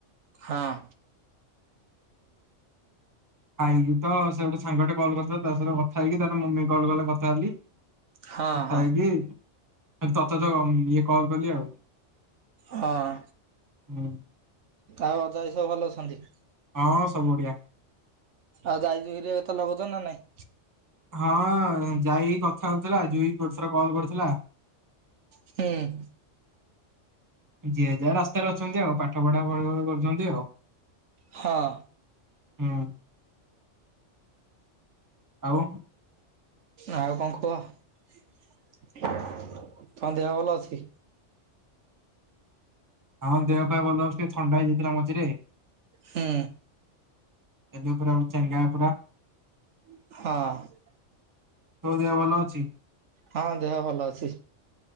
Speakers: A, on the right; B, on the right.
A: ହଁ
B: ଆାଇକି ତ ସେ ଗୋଟେ ସାଙ୍ଗେ ଟେ କଲ୍ କରିଥିଲା ତା ସହିତ କଥା ହେଇକି ତାର ମମି କଲ୍ କଲେ କଥା ହେଲି।
A: ହଁ
B: କଥା
A: ହଁ
B: ହେଇକି ତତେ ତ ଇଏ କଲ କଲି ଆଉ।
A: ହଁ
B: ହୁଁ
A: ତାଉ ଅଜା ଆଇ ସବୁ ଭଲ ଅଛନ୍ତି।
B: ହଁ ସବୁ ବଢିଆ।
A: ଆଉ <unintelligible> ନା ନାଇଁ?
B: ହଁ ଯାଇକି କଥା ହଉଥିଲା ଜୁଇ ଗୋଟେ ଥର କଲ୍ କରିଥିଲା।
A: ହୁଁ।
B: ଯିଏ ଯା ରାସ୍ତାରେ ଅଛନ୍ତି ଆଉ ପାଠ ପଢା <unintelligible> କରୁଚନ୍ତି ଆଉ।
A: ହଁ
B: ହଁ- ଆଉ।
A: ଆଉ କଣ କୁହ ତମ ଦେହ ଭଲ ଅଛି?
B: ହଁ ଦେହ ପା ଭଲ ଅଛି ଟିକେ ଥଣ୍ଡା ହେଇଯାଇଥିଲା ମଝିରେ
A: ହୁଁ।
B: ଏବେ ପୁରା ଅ-ଚାଙ୍ଗା ପୁରା।
A: ହଁ।
B: ତମ ଦେହ ଭଲ ଅଛି?
A: ହଁ ଦେହ ଭଲ ଅଛି।